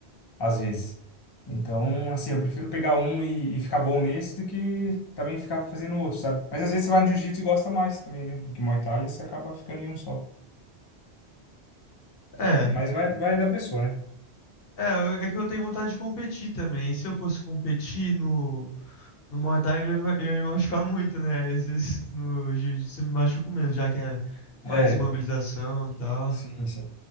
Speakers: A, on the left (about 40°); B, on the left (about 65°).
A: às vezes. Então, assim, eu prefiro pegar um e, e ficar bom nesse do que também ficar fazendo outro, sabe? Mas às vezes você vai no jiu-jitsu e gosta mais também, né? Do que Muay Thai e você acaba ficando em um só.
B: É.
A: Mas vai, vai da pessoa, né?
B: É, eu- é que eu tenho vontade de competir também. E se eu fosse competir no, no Muay Thai, eu ia, me ma- eu ia me machucar <laughs> muito, né? Às vezes no Jiu-Jitsu eu me machuco menos, já que é mais
A: É,
B: imobilização e tal.
A: sim, sim.